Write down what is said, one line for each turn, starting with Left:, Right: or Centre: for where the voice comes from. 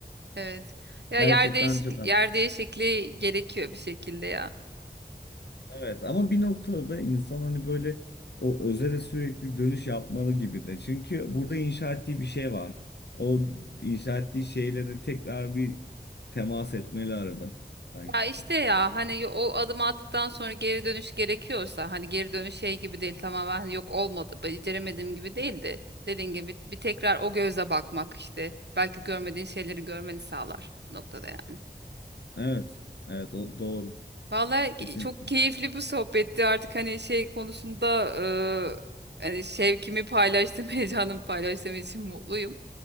Right: evet ya
Left: Gerçekten
Right: yer değişik
Left: çok
Right: yer değişikliği gerekiyor bir şekilde ya
Left: Evet ama bir noktada da insan hani böyle o özele sürekli dönüş yapmalı gibi de. Çünkü burada inşa ettiği bir şey var. O inşa ettiği şeyleri tekrar bir temas etmeli arada sanki.
Right: Ya işte ya hani yo- o adımı attıktan sonra geri dönüş gerekiyorsa hani geri dönüş şey gibi değil tamamen hani yok olmadı beceremediğim gibi değildi. Dediğin gibi bir tekrar o göze bakmak işte belki görmediğin şeyleri görmeni sağlar noktada yani.
Left: Evet. Evet o doğru.
Right: Vallahi ki-
Left: Kesinlikle.
Right: çok keyifli bir sohbetti artık hani şey konusunda e, hani şevkimi paylaştım <laughs> heyecanımı paylaştığım için mutluyum.